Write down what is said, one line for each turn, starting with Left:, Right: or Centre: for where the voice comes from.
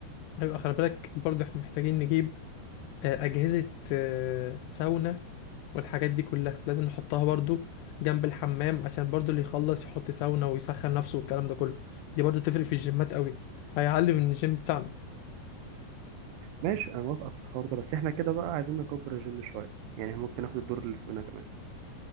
Left: ويبقى خلي بالك برضه احنا محتاجين نجيب آه، أجهزة آه، ساونا والحاجات دي كلها لازم نحطها برضه جنب الحمام عشان برضه اللي يخلص يحط ساونا ويسخن نفسه والكلام ده كله دي برضه تفرق في الجيمات قوي هيعلي من الجيم بتاعنا
Right: ماشي أنا موافقك في الحوار ده بس إحنا كده بقى عايزين نكبر الجيم شوية يعني ممكن ناخد الدور اللي فوقنا كمان